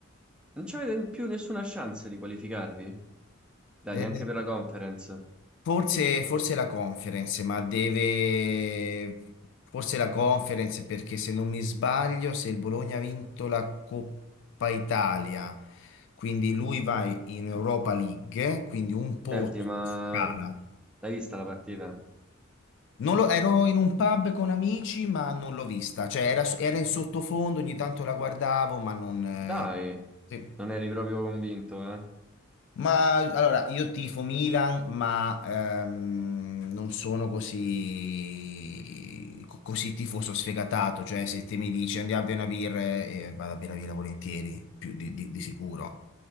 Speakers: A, in the centre; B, on the left.
A: Non c'avete più nessuna chance di qualificarvi? Dai,
B: eh,
A: neanche per la conference.
B: Forse, forse la conference, ma deve... Forse la conference perché se non mi sbaglio, se il Bologna ha vinto la Coppa Italia, quindi lui va in Europa League, quindi un posto
A: Senti, ma
B: scala.
A: l'hai vista la partita?
B: Non lo- ero in un pub con amici, ma non l'ho vista, cioè era, era in sottofondo, ogni tanto la guardavo, ma non... eh,
A: Dai,
B: sì.
A: non eri proprio convinto, eh?
B: Ma allora, io tifo Milan, ma ehm, non sono così, co- così tifoso sfegatato, cioè se te mi dici andiamo a bere una birra, eh, vado a bere una birra volentieri, più di, di- di sicuro.